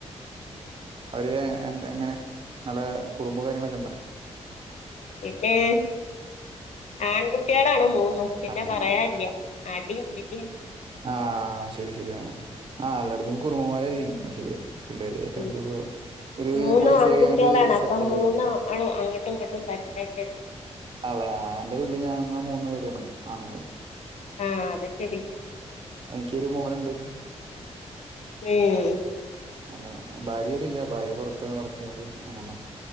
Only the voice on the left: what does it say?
പിന്നെ ആൺകുട്ടിയാളാണ് മൂന്നും പിന്നെ
പറയാൻല്യ അടിം പിടിം
ഉം
മൂന്ന്
ആൺകുട്ടിയാളാണ്
അപ്പം
മൂന്നാളും അങ്ങട്ടും ഇങ്ങട്ടും എപ്പും തല്ലെന്നെ
ആഹ് അത് ശെരി
ഉം